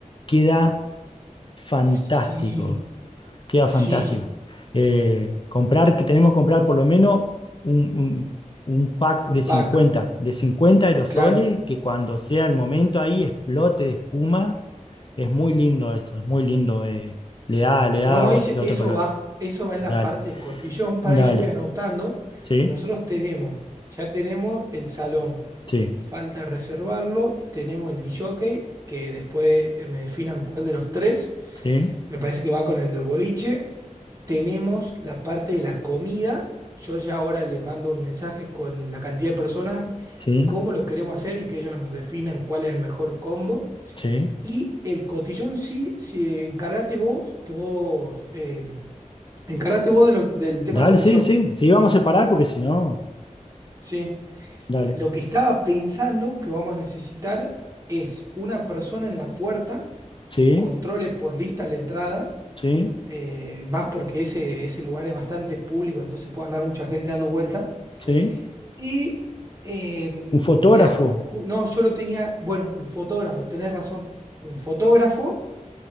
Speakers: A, on the left; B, on the right.
A: Queda fantástico.
B: Sí,
A: queda
B: sí,
A: fantástico. Eh, comprar, que tenemos que comprar por lo menos un, un- un pack
B: un
A: de cincuenta
B: pack.
A: de cincuenta aerosoles,
B: Claro.
A: que cuando sea el momento ahí explote de espuma. Es muy lindo eso, es muy lindo. eh, le da, le da
B: No,
A: otro,
B: ese-
A: otro
B: eso
A: color.
B: va. Eso va en
A: Dale,
B: la parte de cotillón para
A: dale.
B: que yo voy anotando.
A: Sí,
B: Nosotros tenemos, ya tenemos el salón.
A: sí,
B: Falta reservarlo. Tenemos el DJ, jockey, que después eh, me definan cuál de los tres.
A: sí,
B: Me parece que va con el del boliche. Tenemos la parte de la comida. Yo ya ahora le mando un mensaje con la cantidad de personas,
A: sí,
B: cómo lo queremos hacer y que ellos nos definan cuál es el mejor combo.
A: sí.
B: Y el cotillón sí, sí, encárgate vos, que vos, eh, encárgate vos de lo- del tema
A: Dale,
B: cotillón,
A: sí, sí. Sí, vamos a separar porque si no,
B: ¿sí?
A: dale.
B: Lo que estaba pensando que vamos a necesitar es una persona en la puerta
A: Sí,
B: que controle por lista la entrada,
A: sí,
B: eh, más porque ese, ese lugar es bastante público, entonces puede andar mucha gente dando vuelta.
A: sí.
B: Y, eh, mirá,
A: Un fotógrafo.
B: ju- no, yo lo tenía, bueno, un fotógrafo, tenés razón, un fotógrafo.